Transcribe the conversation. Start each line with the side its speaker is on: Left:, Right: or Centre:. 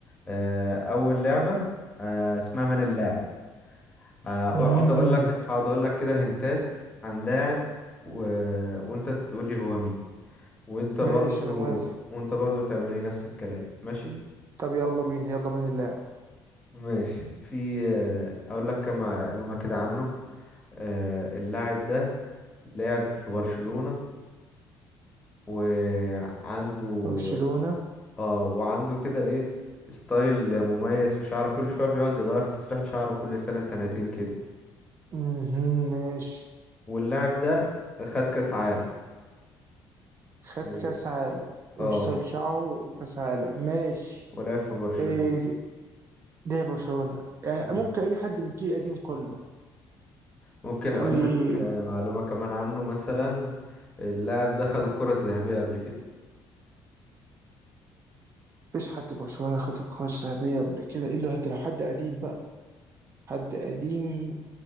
Left: آه أول لعبة آه اسمها من اللاعب آه، هقعد
Right: امم
Left: أقول لك هقعد أقول لك كده هنتات عن لاعب و... وأنت تقول لي هو مين وأنت برضو
Right: ماشي انا موافق
Left: وأنت برضو تعملي نفس الكلام ماشي
Right: طب يلا بينا يلا من اللاعب
Left: ماشي في آه هقول لك كم معلومة كده عنه آه، اللاعب ده لعب في برشلونة وعنده
Right: برشلونه
Left: اه وعنده كده ايه ستايل مميز في شعره كل شوية بيقعد يغير في تسريحة شعره كل سنة سنتين كده
Right: امم ماشي
Left: واللاعب ده خد كأس عالم
Right: خد
Left: و...
Right: كاس عالم واشتغل
Left: اه
Right: شعره وكاس عالم ماشي
Left: ولعب في برشلونة
Right: ايه في- ليه برشلونه يعني
Left: مم.
Right: ممكن اي حد من الجيل القديم كله
Left: ممكن اقول
Right: و-
Left: لك آه، معلومة كمان عنه مثلا اللاعب ده خد الكرة الذهبية قبل كده
Right: مفيش حد برشلونه خد الكره الذهبيه قبل كده الا لو حد لو حد قديم بقى حد قديم